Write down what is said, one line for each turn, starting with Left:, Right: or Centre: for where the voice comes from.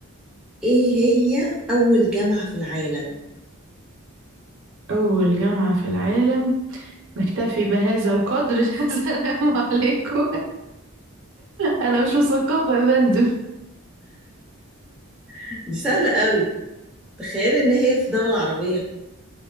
Centre: ايه هي اول جامعة في العالم
Right: أول جامعة في العالم نكتفي بهذا القدر <laughs> السلام عليكم أنا مش مثقفة يا فندم
Centre: <laughs> دي سهلة قوي تخيل ان هي في دولة عربية